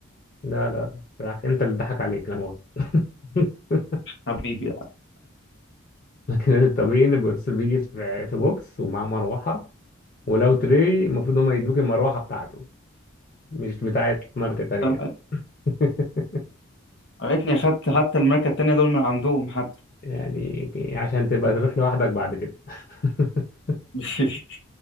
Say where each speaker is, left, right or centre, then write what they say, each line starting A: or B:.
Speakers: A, on the left; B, on the left.
A: لا لا بالعكس انت اللي اتضحك عليك لا مؤاخذة <laughs>
B: حبيبي
A: لكن الطبيعي ان البروفيسور بيجي في في بوكس ومعاه مروحة ولو تري المفروض هما يدوك المروحة بتاعته مش بتاعت ماركة تانية
B: تمام
A: <laughs>
B: عرفتني أخدت حتى الماركة التانية دول من عندهم حتى
A: يعني عشان تبقى تروح لوحدك بعد كده <laughs>
B: <laughs>